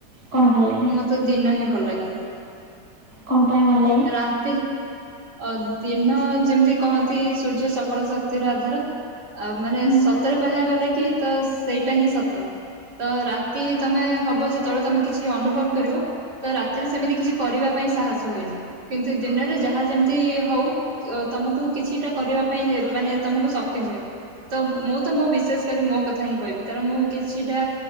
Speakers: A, on the right (about 65°); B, on the right (about 85°).
A: କ'ଣ ଭଲ ଲାଗେ
B: ମତେ ଦିନ ହିଁ ଭଲ ଲାଗେ।
A: କ'ଣ ପାଇଁ ଭଲ ଲାଗେ
B: ରାତି ଅ ଦିନ ଯେମିତି କହନ୍ତି ସୂର୍ଯ୍ୟ ସକଳ ଶକ୍ତିର ଆଧାର। ଆଉ ମାନେ
A: ହୁଁ,
B: ସତରେ କହିବାକୁ ଗଲେ କି ତ ସେଇଟା ହିଁ ସତ। ତ ରାତି ତମେ ହବ ଯେତେବେଳେ ତମେ କିଛି ଅନୁଭବ କରିବ ତ ରାତିରେ ସେମିତି କିଛି କରିବା ପା ପାଇଁ ସାହସ ହୁଏନି। କିନ୍ତୁ ଦିନରେ ଯାହା ଯେମିତି ହଉ ଅ ତମକୁ କିଛିଟା କରିବା ପାଇଁ ଯେ ମାନେ ତମକୁ ସ <unintelligible> ତ ମୁଁ ତ ମୁଁ ବିଶେଷ କରି ମୋ କଥା ହିଁ କହିବି କାରଣ ମୁଁ କିଛିଟା